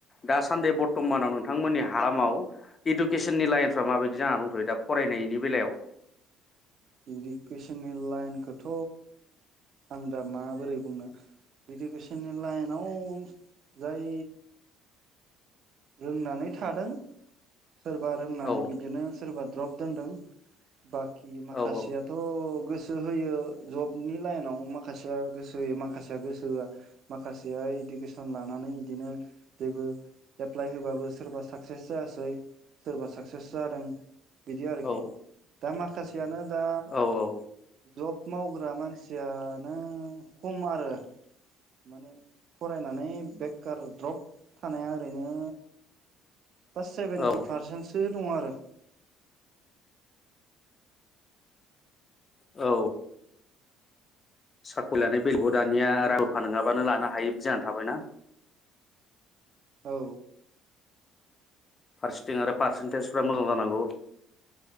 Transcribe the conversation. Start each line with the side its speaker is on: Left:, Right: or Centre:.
Left: दासान्दि बरथ'मानाव नोंथांमोननि हामाव इडुकेसननि लाइनफ्रा माबायदि जानानै दंथ'यो दा फरायनायनि बेलायाव?
Right: इडुकेसननि लाइनखौथ' आं दा माबोरै बुंनो इडुकेसननि लाइनाव जाय रोंनानै थादों सोरबा रोंनानै
Left: औ
Right: बिदिनो सोरबा द्रब दोनदों बाखि माखासेयाथ'
Left: औ
Right: गोसो होयो जबनि लाइनाव माखासेया गोसो होयो माखासेया गोसो होआ माखासेया इडुकेसन लानानै इदिनो जेबो एप्लाइ होबाबो सोरबा साक्सेस जायासै सोरबा साक्सेस जादों। बिदि आरोखि
Left: औ
Right: दा माख माखासेयानो दा
Left: औ
Right: जब मावग्रा मानसिया नो खम आरो माने फरायनानै बेखार द्रप थानाया ओरैनो बा सेबेन्ति
Left: औ
Right: फारसेन सो दंङ' आरो।
Left: औ। साखरि लानाय बेलायावबो दानिया रां रूफा नंङाबानो लानो हायै बादि जानानै थाबायना
Right: औ।
Left: फारसेथिं आरो पारसेनटेजफ्रा मोजां जानांगौ।